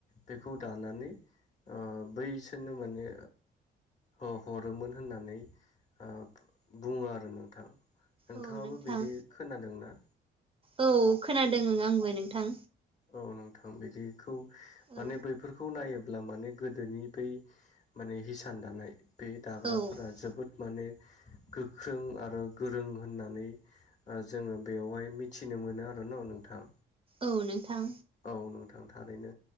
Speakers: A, on the left (about 35°); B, on the right (about 25°).
A: बेखौ दा नानै ओ बैसोरनो माने ह हरोमोन होननानै ओ बुङो आरो नोंथां। नोंथाङाबो
B: औ नोंथां
A: बिदि खोनादोंना
B: औ खोनादों आंबो नोंथां
A: औ नोंथां बिदिखौ माने
B: औ
A: बैफोरखौ नायोब्ला माने गोदोनि बै माने हिसान दानाय बे दाग्राफोरा
B: औ
A: जोबोद माने गोख्रों आरो गोरों होननानै जोङो बेवहाय मिथिनो मोनो आरोना नोंथां।
B: औ नोंथां।
A: औ नोंथां थारैनो